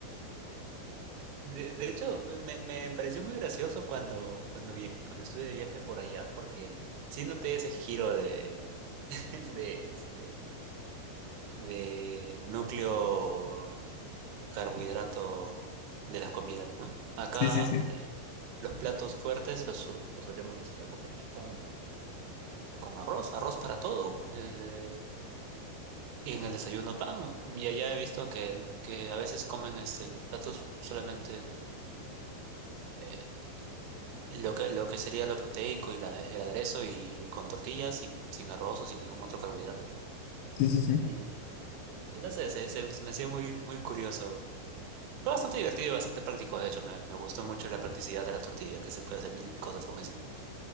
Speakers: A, on the right; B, on the left.
A: De, de hecho, me, me pareció muy gracioso cuando, cuando, via- cuando estuve de viaje por allá, porque sí noté ese giro de, <laughs> de, este, de núcleo carbohidrato de las comidas, ¿no? Acá
B: Sí, sí, sí,
A: eh, los platos fuertes los, su- los solemos este, acompañar con, con arroz, arroz para todo, eh, y en el desayuno pan, y allá he visto que, que a veces comen este, los platos solamente. eh, Lo que, lo que sería lo proteico y la, el aderezo y con tortillas, sin, sin arroz o sin ningún otro carbohidrato.
B: sí, sí, sí.
A: Y, y no sé, se, se- se me hacía muy, muy curioso. Fue bastante divertido y bastante práctico, de hecho, me, me gustó mucho la practicidad de la tortilla, que se puede hacer mil cosas con eso.